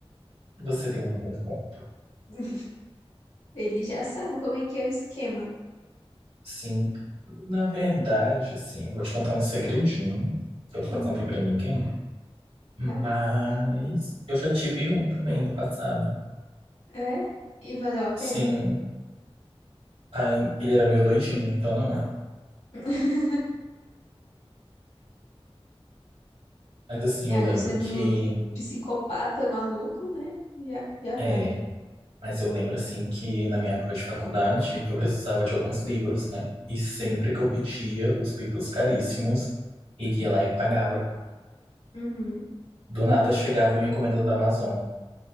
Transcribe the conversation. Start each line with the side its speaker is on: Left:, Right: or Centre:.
Right: você tem um bom ponto.
Left: <laughs> Ele já sabe como é que é o esquema.
Right: Sim, na verdade, assim, vou te contar um segredinho que eu nunca
Left: Uhum,
Right: contei pra ninguém, mas
Left: tá.
Right: eu já tive um também no passado.
Left: É? E valeu a pena?
Right: Sim, aí ele era meio doidinho, então não.
Left: <laughs>
Right: Mas assim,
Left: Ah,
Right: eu lembro
Left: não sendo
Right: que
Left: um psicopata maluco, né? Já, já vale.
Right: é, mas eu lembro assim que na minha época de faculdade eu precisava de alguns livros, né? E sempre que eu pedia os livros caríssimos, ele ia lá e pagava.
Left: Uhum.
Right: Do nada chegava uma encomenda da Amazon.